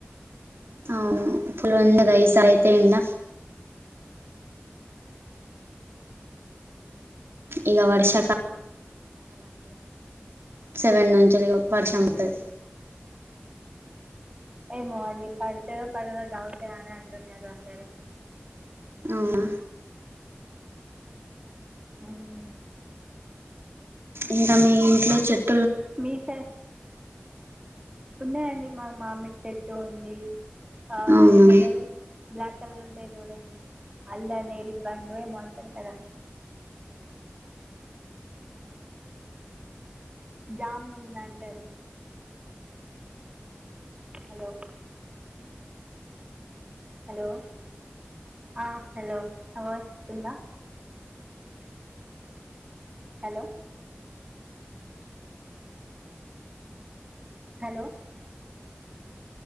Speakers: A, on the right; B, on the right.
A: అవును పుల్ వందద ఐసార్ అయితే ఎండ ఇక వర్షక సెవెన్ నుంచే ఒప్పారు శంపుతది
B: ఏమో అండి పడతదో పడదొ డౌట్ ఏ అని అంటున్నారు అందరు
A: అవునా
B: మ్మ్.
A: ఇంకా మీ ఇంట్లో చెట్
B: మీ సెడ్ ఉన్నాయండి మాకు మా మామిడి చెట్టు ఉంది ఆ
A: అవునా
B: ఏమంటారు బ్లాక్ కలర్ ఉంటాయి చూడండి అల్లనే రి పండు ఏమో అంటారు కదా
A: అ
B: జామున్ లు అంటారు హలో హలో ఆ హలో నా వాయిస్ వస్తుందా హలో హలో